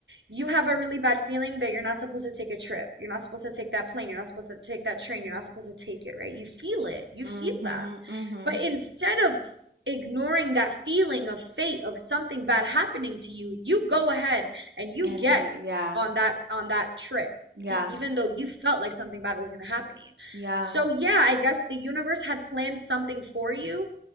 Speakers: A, on the right (about 85°); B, on the right (about 65°).
A: You have a really bad feeling that you're not supposed to take a trip. You're not supposed to take that plane. You're not supposed to take that train. You're not supposed to take it, right? You feel it. You
B: Mm-hmm.
A: feel that.
B: Mm-hmm.
A: But instead of ignoring that feeling of fate of something bad happening to you, you go ahead and you
B: And
A: get
B: yeah,
A: on that on that trip,
B: yeah,
A: even though you felt like something bad was going to happen to you.
B: yeah.
A: So yeah, I guess the universe had planned something for you,